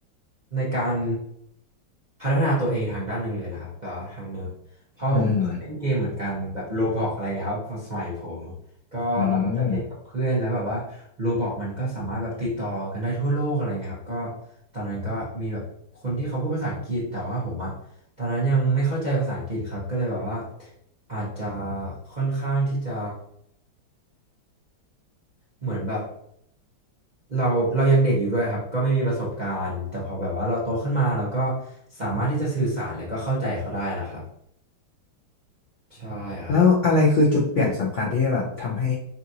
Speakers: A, on the right (about 35°); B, on the left (about 65°).
A: ในการพัฒนาตัวเองทางด้านหนึ่งเลยนะครับแต่ว่าทางหนึ่งเพราะผมก็เคยเล่นเกมเหมือนกันแบบโรบล็อกอะไรเงี้ยครับสมัยผม
B: อืม
A: ก็เราก็จะเล่นกับเพื่อนแล้วแบบว่าโรบล็อกมันก็สามารถแบบติดต่อกันได้ทั่วโลกอะไรเงี้ยครับก็
B: อืม
A: ตอนนั้นก็มีแบบคนที่เขาพูดภาษาอังกฤษแต่ว่าผมอะตอนนั้นยังไม่เข้าใจภาษาอังกฤษครับก็เลยแบบว่าอาจจะค่อนข้างที่จะ เหมือนแบบเราเรายังเด็กอยู่ด้วยครับก็ไม่มีประสบการณ์แต่พอแบบว่าเราโตขึ้นมาเราก็สามารถที่จะสื่อสารแล้วก็เข้าใจเขาได้ละครับใช่ครับ
B: แล้วอะไรคือจุดเปลี่ยนสำคัญที่แบบทำให้